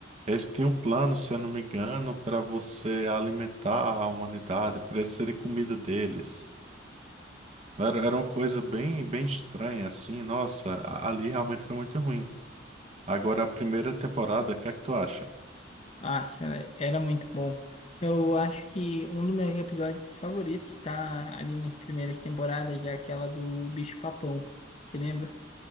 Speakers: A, on the right; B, on the left.
A: eles tinham um plano, se eu não me engano, para você alimentar a humanidade, para eles serem comida deles. Era, era uma coisa bem, bem estranha, assim. Nossa, a- ali realmente foi muito ruim. Agora, a primeira temporada, o que é que tu acha?
B: Acho, era, era muito bom. Eu acho que um dos meus episódios favoritos tá ali nas primeiras temporadas, é aquela do bicho-papão. Você lembra?